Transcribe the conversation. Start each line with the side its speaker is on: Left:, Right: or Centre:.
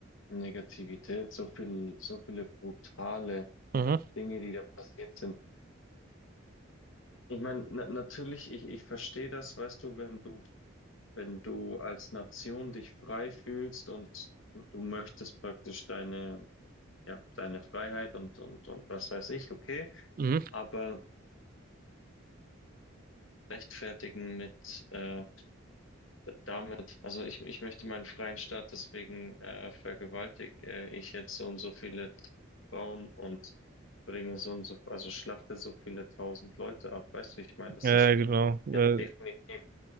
Left: Negativität, so viel, so viele brutale
Right: Mhm.
Left: Dinge, die da passiert sind. Ich meine, na natürlich, ich, ich verstehe das, weißt du, wenn du, wenn du als Nation dich frei fühlst und du, du möchtest praktisch deine, ja, deine Freiheit und, und, und was weiß ich, okay,
Right: Mhm.
Left: aber rechtfertigen mit äh, D- damit, also ich, ich möchte meinen freien Staat, deswegen äh, vergewaltige ich jetzt so und so viele Frauen und bringe so und so, also schlachte so viele tausend Leute ab. Weißt du, ich meine, das
Right: Ja,
Left: ist
Right: ja, genau.
Left: ja
Right: Äh,
Left: definitiv